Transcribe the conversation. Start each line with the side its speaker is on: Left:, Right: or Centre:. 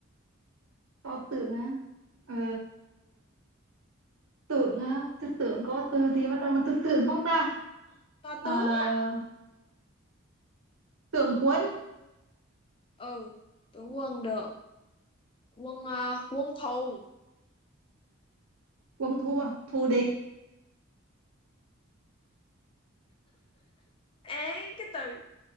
Right: to tưởng á ờ tưởng á tư tưởng có từ gì bắt đầu từ tưởng không ta
Left: to
Right: ờ
Left: tướng
Right: tưởng quân
Left: ừ tướng quân được quân ờ, quân thù
Right: quân thua thù địch
Left: ấy cái từ